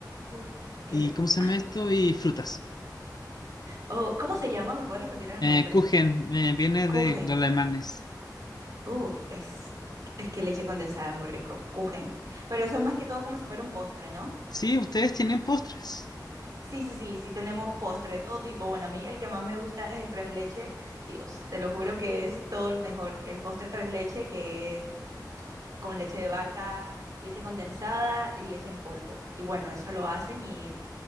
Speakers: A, on the right (about 55°); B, on the left (about 65°).
A: uf, qué
B: y
A: rico.
B: ¿cómo se llama esto? Y frutas.
A: Oh, ¿cómo se llama? ¿Me puedes repetir el
B: Eh,
A: nombre?
B: Kuchen, eh, viene
A: Kuchen.
B: de los alemanes.
A: Uf, es, es que leche condensada es muy rico, Kuchen. Pero eso es más que todo como si fuera un postre, ¿no?
B: Sí, ustedes tienen postres,
A: Sí, sí, sí, sí tenemos postre de todo tipo. Bueno, a mí el que más me gusta es el tres leche. Dios, te lo juro que es todo lo mejor. El postre tres leche que con leche de vaca, leche condensada y leche en polvo. Y bueno, eso lo hacen y,